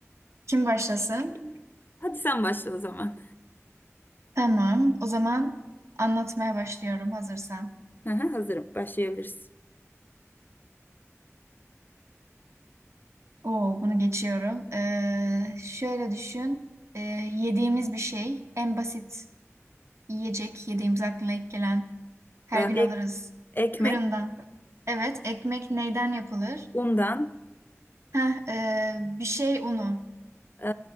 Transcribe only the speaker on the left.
Hadi sen başla o zaman.
Aha, hazırım, başlayabiliriz.
Ee,
ek,
ekmek,
undan,
ee,